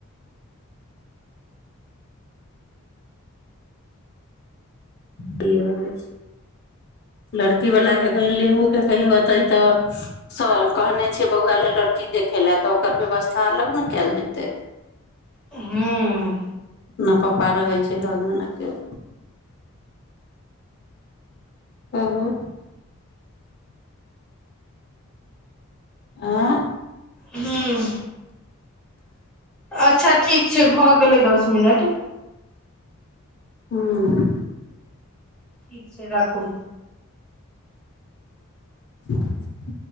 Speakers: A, on the left; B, in the centre.
A: क होइ छै लड़कीवलाके कह ले ओके कहियौ अतै तऽ स कहने छियै बौआ लए लड़की देखय लए तऽ ओकर व्यवस्था अलग ने कयल जेतै
B: ह
A: नहि पापा रहै छै लगमे ने केओ कहु आँ
B: ह अच्छा ठीक छै भऽ गेलै दस मिनट
A: हूँ
B: ठीक छै राखू
A: <unintelligible>